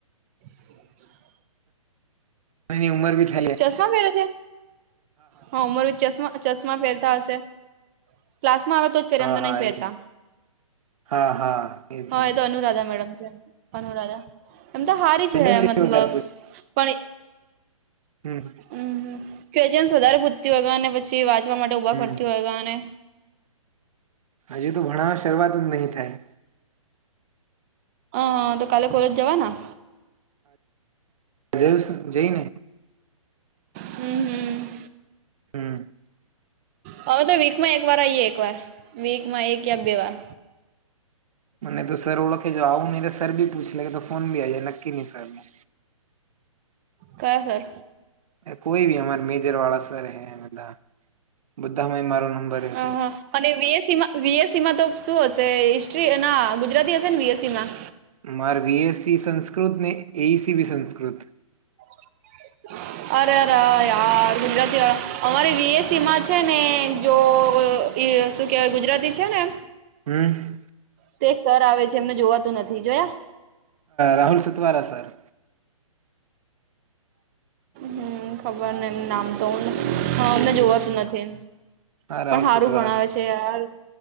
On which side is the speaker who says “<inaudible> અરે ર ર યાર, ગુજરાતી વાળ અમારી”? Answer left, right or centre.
Right